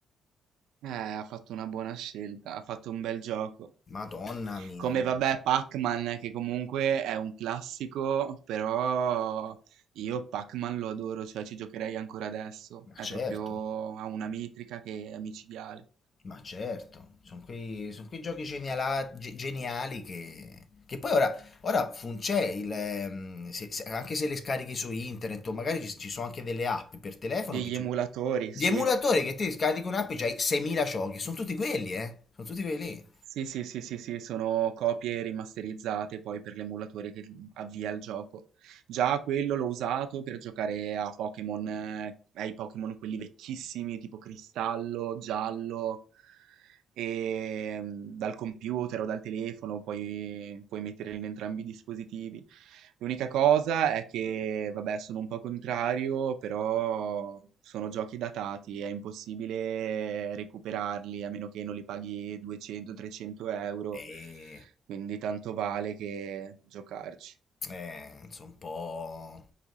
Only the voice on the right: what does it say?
eh, ha fatto una buona scelta, ha fatto un bel gioco.
Come
vabbè Pac-Man, che comunque è un classico, però io Pac-Man lo adoro, cioè ci giocherei ancora adesso.
È
proprio, ha una metrica che è micidiale.
Degli
emulatori,
sì.
Sì, sì, sì, sì, sì, sono copie rimasterizzate poi per l'emulatore che avvia il gioco. Già quello l'ho usato per giocare a Pokémon, eh, ai Pokémon quelli vecchissimi, tipo Cristallo, Giallo. e mm, dal computer o dal telefono puoi, puoi mettere in entrambi i dispositivi. L'unica cosa è che, vabbè, sono un po' contrario, però sono giochi datati, è impossibile recuperarli a meno che non li paghi 200-300 euro,
quindi tanto vale che giocarci.